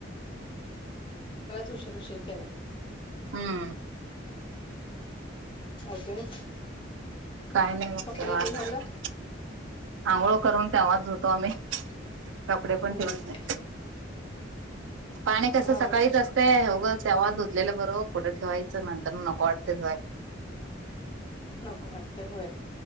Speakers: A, on the left; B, on the right.
A: उशीर उशीर केलाय.
B: हम्म
A: अजून
B: काय नाही बघ
A: कपडे
B: निवांत
A: ते झालं
B: आंघोळ करून तेव्हाच होतो कामे कपडे पण
A: हम्म
B: पण ठेवते पाणी कसं
A: वाळवण
B: सकाळीच असतंय उगाच तेव्हाच धुतलेलं <unintelligible> बर ओ कुठे ठेवायचं नंतरन नको वाटतंय घर.
A: नको वाटतं होय